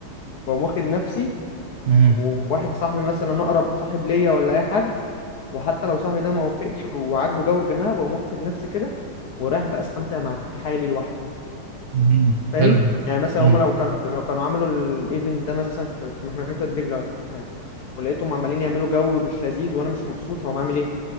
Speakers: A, on the left; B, on the right.
A: بقوم واخد نفسي
B: مم.
A: وواحد صاحبي مثلا اقرب صاحب ليا ولا اي حد وحتى لو صاحبي ده ما وافقش وعاجبه جو الجماعه بقوم واخد نفسي كده ورايح بقى استمتع مع حالي لوحدي
B: مم.
A: فاهم
B: حلو
A: يعني مثلا
B: مم.
A: هم لو كانوا لو كانوا عملوا الايفنت ده مثلا في في محمية وادي دجلة ولا حاجة ولقيتهم عمالين يعملوا جو مش لذيذ وانا مش مبسوط هقوم عامل ايه